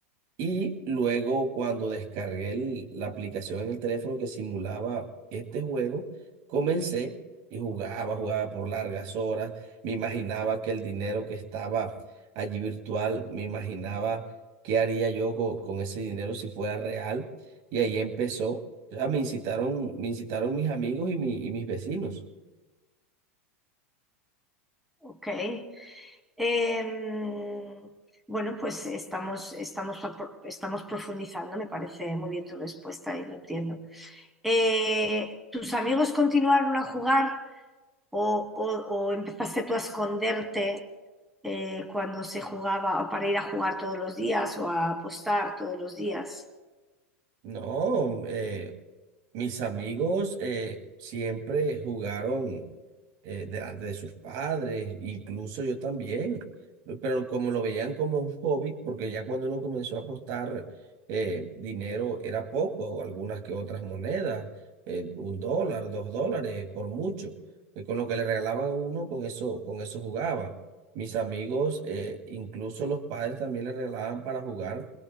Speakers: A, on the right; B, in the centre.
A: Y luego cuando descargué el- la aplicación en el teléfono que simulaba este juego, comencé y jugaba, jugaba por largas horas. Me imaginaba que el dinero que estaba allí virtual, me imaginaba qué haría yo co- con, ese dinero si fuera real. Y ahí empezó. O sea, me incitaron, me incitaron mis amigos y, mi- y mis vecinos.
B: Ok. Em, bueno, pues estamos, estamos, apro- estamos profundizando, me parece muy bien tu respuesta y lo entiendo. Eh, ¿tus amigos continuaron a jugar o, o- o empezaste tú a esconderte eh, cuando se jugaba o para ir a jugar todos los días o a apostar todos los días?
A: No, eh, Mis amigos eh, siempre jugaron eh, delante de sus padres, incluso yo también, pero como lo veían como un hobby, porque ya cuando uno comenzó a apostar eh, dinero era poco, o algunas que otras monedas, eh, un dólar, dos dólares, por mucho, eh, con lo que le regalaban a uno, con eso, con eso jugaba. Mis amigos, eh, incluso los padres también le regalaban para jugar,